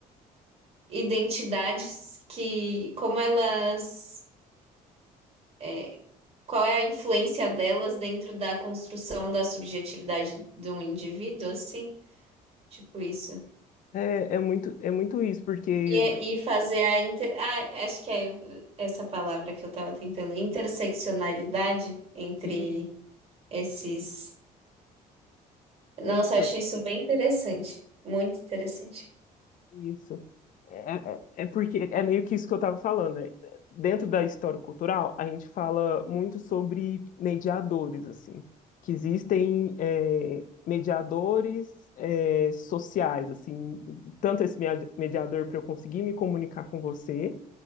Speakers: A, on the right; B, on the left.
A: identidades que, como elas. é, qual é a influência delas dentro da construção da subjetividade de um indivíduo, assim? Tipo isso.
B: é, é muito, é muito isso, porque.
A: E, e fazer a inter... Ah, acho que é essa palavra que eu tava tentando. Interseccionalidade entre
B: E
A: esses... Nossa,
B: isso,
A: acho isso bem interessante. Muito interessante.
B: Isso. É, é é porque é meio que isso que eu estava falando. né? Dentro da história cultural, a gente fala muito sobre mediadores, assim, que existem é, mediadores é, sociais, assim, tanto esse media- mediador para eu conseguir me comunicar com você,